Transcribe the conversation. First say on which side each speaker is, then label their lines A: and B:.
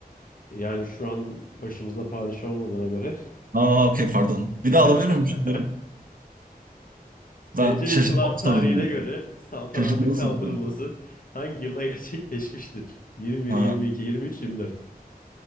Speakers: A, on the left; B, on the right.
A: Yani şu an başımızda padişah olmadığına göre
B: Aa okey pardon. Bir
A: <laughs>
B: daha alabilir miyim şunları?
A: TC
B: Ben şaşırtmalı
A: İnkılap tarihine
B: soru
A: göre saltanatın
B: Çocuk nasıl?
A: kaldırılması hangi yılda <laughs> gerçekleşmiştir? 21,
B: Ha.
A: 22, 23, 24.